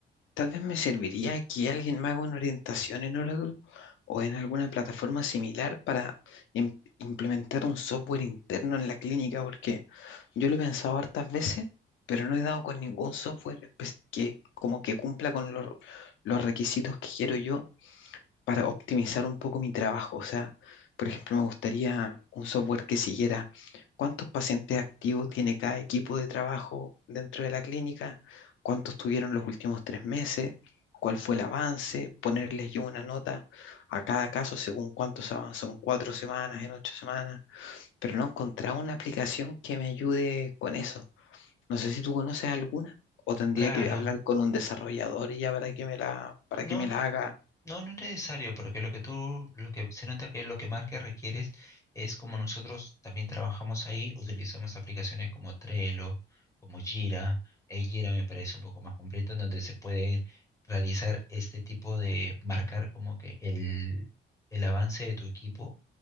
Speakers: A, on the left (about 80°); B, on the left (about 15°).
A: tal vez me serviría que alguien me haga una orientación en Oracle o en alguna plataforma similar para im- implementar un software interno en la clínica, porque yo lo he pensado hartas veces, pero no he dado con ningún software espe- que como que cumpla con los los requisitos que quiero yo para optimizar un poco mi trabajo. O sea, por ejemplo, me gustaría un software que siguiera cuántos pacientes activos tiene cada equipo de trabajo dentro de la clínica, cuántos tuvieron los últimos tres meses, cuál fue el avance, ponerles yo una nota a cada caso según cuántos avanzó en cuatro semanas, en ocho semanas, pero no he encontrado una aplicación que me ayude con eso. No sé si tú conoces alguna. O tendría
B: Claro,
A: que hablar con un desarrollador ya para que me la, para
B: no,
A: que me
B: no,
A: la haga.
B: no, no es necesario, porque lo que tú, lo que se nota que lo que más que requieres es como nosotros también trabajamos ahí, utilizamos aplicaciones como Trello, como Jira, eh, Jira me parece un poco más completo, en donde se puede realizar este tipo de marcar como que el, el avance de tu equipo